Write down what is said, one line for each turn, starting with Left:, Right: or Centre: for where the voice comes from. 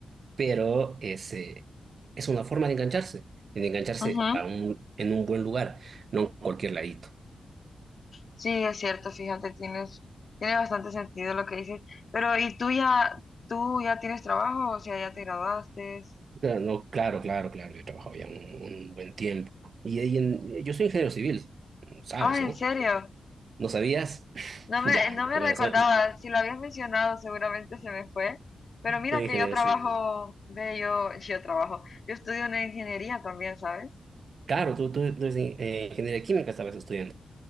Right: pero es, eh, es una forma de engancharse, de engancharse
Left: Ujú.
Right: a un, en un buen lugar, no en cualquier ladito.
Left: Sí, es cierto, fíjate, tienes, tiene bastante sentido lo que dices. Pero, ¿y tú ya, tú ya tienes trabajo? O sea, ya te graduaste.
Right: Claro, No, claro, claro, claro, yo he trabajado ya un, un buen tiempo. Y, ahí en- yo soy ingeniero civil, ¿sabes,
Left: Ah,
Right: no?
Left: ¿en serio?
Right: ¿No sabías? <laughs>
Left: No me,
Right: Ya,
Left: no me
Right: bueno,
Left: recordaba,
Right: soy,
Left: si lo habías mencionado, seguramente se me fue. Pero mira
Right: soy
Left: que
Right: ingeniero
Left: yo trabajo,
Right: civil.
Left: ve, yo, <laughs> yo trabajo, yo estudio una ingeniería también, ¿sabes?
Right: Claro, tú, tú, tú eres in- eh, ingeniería química, estabas estudiando.